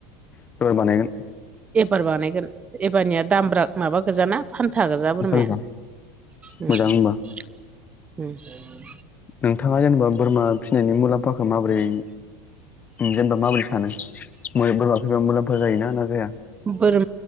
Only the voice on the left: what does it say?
<unintelligible> बानायगोन
मोजां
मोजां होनबा
नोंथाङा जेनेबा बोरमा फिसिनायनि मुलाम्फाखौ माबोरै जेनेबा माबोरै सानो बोरमा फैबा मुलाम्फा जायोना ना जाया